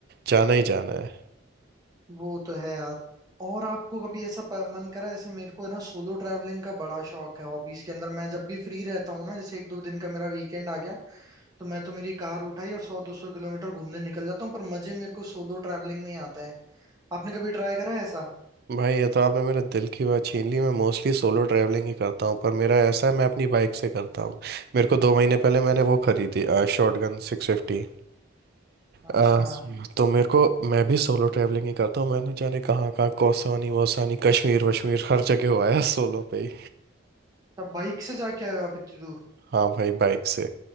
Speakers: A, on the right; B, on the right.
A: जाना ही जाना है
B: वो तो है यार और आपको कभी ऐसा प- मन करा जैसे मेरे को है ना सोलो ट्रैवलिंग का बड़ा शौक है हॉबीज के अंदर मैं जब भी फ्री रहता हूँ ना जैसे एक दो दिन का मेरा वीकेंड आ गया तो मैं तो मेरी कार उठाई और सौ दो सौ किलोमीटर घूमने निकल जाता हूँ पर मजे मेरे को सोलो ट्रैवलिंग में ही आता है आपने कभी ट्राई करा है ऐसा
A: भाई ये तो आपने मेरे दिल की बात छीन ली मैं मोस्टली सोलो ट्रैवलिंग ही करता हूँ पर मेरा ऐसा है मैं अपनी बाइक से करता हूँ मेरे को दो महीने पहले मैंने वो खरीदी शॉटगन सिक्स फिफ्टी
B: अच्छा
A: आ, तो मेरे को मैं भी सोलो ट्रैवलिंग ही करता हूँ मैं ना जाने कहाँ कहाँ कौसानी वोसानी कश्मीर वश्मीर हर जगह हो आया सोलो पे ही
B: तब बाइक से जाके आए हो आप इतनी दूर
A: हाँ भाई बाइक से